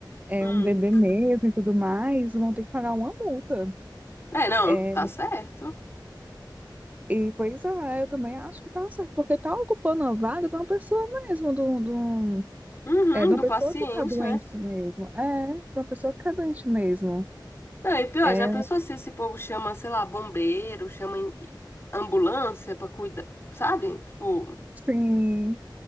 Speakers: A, on the right; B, on the left.
A: é
B: Hum.
A: um bebê mesmo e tudo mais, vão ter que pagar uma multa.
B: É, não,
A: É,
B: tá certo.
A: e pois é, eu também acho que tá certo, porque tá ocupando a vaga de uma pessoa mesmo, de um- de um-
B: Uhum,
A: é, de uma
B: do
A: pessoa
B: paciente,
A: que tá doente
B: né?
A: mesmo. É, de uma pessoa que tá doente mesmo.
B: Não, e pior,
A: É,
B: já pensou se esse povo chama, sei lá, bombeiro, chama em- ambulância pra cuidar, sabe? Tipo,
A: sim.